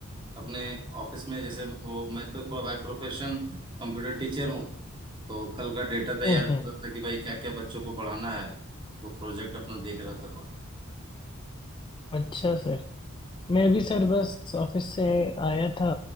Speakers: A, on the right (about 25°); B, on the left (about 20°).
A: अपने ऑफिस में जैसे वो मैं तो पूरा बाय प्रोफेशन कंप्यूटर टीचर हूँ तो कल का डेटा तैयार
B: हम्म
A: कर
B: हम्म
A: रहा था कि भाई क्या क्या बच्चों को पढ़ाना है वो प्रोजेक्ट अपना देख रहा था हम्म
B: अच्छा सर मैं भी सर बस ऑफिस से आया था